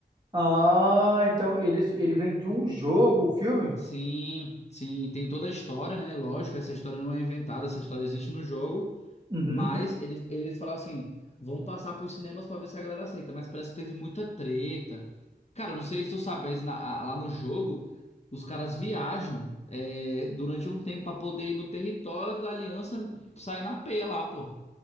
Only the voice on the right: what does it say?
Ah, então eles, ele vem de um jogo, o filme?
Uhum.